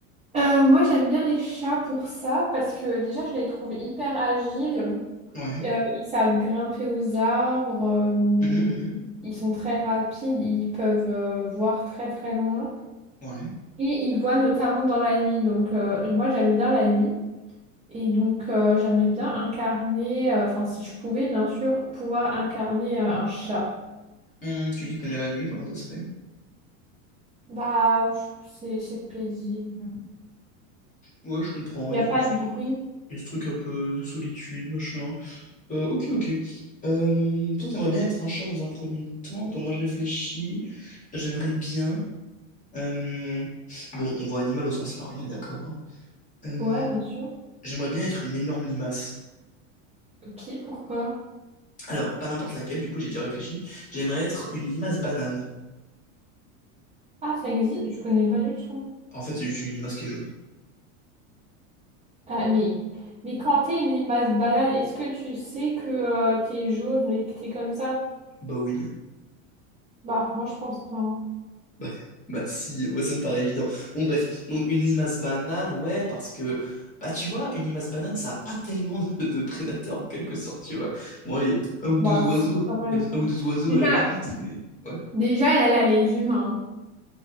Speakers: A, on the right; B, on the left.
A: Euh, moi, j'aime bien les chats pour ça parce que déjà, je les trouve hyper agiles.
B: Ouais.
A: Euh, ils savent grimper aux arbres. euh,
B: Mhm, mhm.
A: ils sont très rapides. Ils peuvent euh, voir très très loin.
B: Ouais.
A: Et il voit notamment dans la nuit. Donc, euh, moi, j'aime bien la nuit. Et donc, euh, j'aimerais bien incarner, euh, enfin, si je pouvais, bien sûr, pouvoir incarner euh, un chat.
B: Hum, tu dis que t'aimes bien la nuit, comment ça se fait?
A: Bah, je trouve que c'est c'est paisible.
B: Ouais, je comprends,
A: Il n'y
B: il
A: a
B: y a
A: pas
B: ce,
A: de bruit.
B: il y a ce truc un peu de solitude, machin. Euh, ok, ok. Euh, toi, t'aimerais bien être un chat dans un premier temps. Attends, moi, je réfléchis. J'aimerais bien... euh, Bon, on voit animal au sens large, on est d'accord. hein. Euh,
A: Ouais, bien sûr.
B: j'aimerais bien être une énorme limace.
A: Ok, pourquoi?
B: Alors, pas n'importe laquelle, du coup, j'ai déjà réfléchi. J'aimerais être une limace banane.
A: Ah, ça existe? Je connais pas du tout.
B: En fait, c'est juste une limace qui est jaune.
A: Ah, mais, mais quand t'es une limace banale, est-ce que tu sais que euh, t'es jaune et que t'es comme ça?
B: Bah oui.
A: Bah, moi, je pense pas. hein.
B: <laughs> Bah, bah si, moi ça me paraît évident. Bon bref, donc une limace banane, ouais, parce que, bah tu vois, une limace banane, ça a pas tellement de, de prédateurs en quelque sorte, tu vois. Bon, ouais, il y a peut-être un ou
A: Bah,
B: deux oiseaux,
A: si, quand même.
B: il y a peut-être un ou deux oiseaux
A: Déjà,
B: à la limite, mais ouais,
A: déjà, elle a les humains.